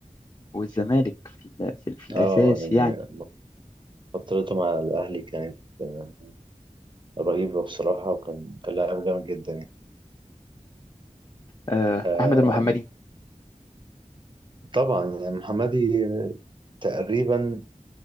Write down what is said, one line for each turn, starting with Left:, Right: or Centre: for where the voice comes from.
Left: والزمالك في ال... في, ال... في الاساس
Right: اه يعني
Left: يعني
Right: فترته مع الأهلي كانت آه، رهيبة بصراحة وكان كان لاعب جامد جدا يعني
Left: آه
Right: آه
Left: احمد المحمدي
Right: طبعا يعني محمدي تقريبا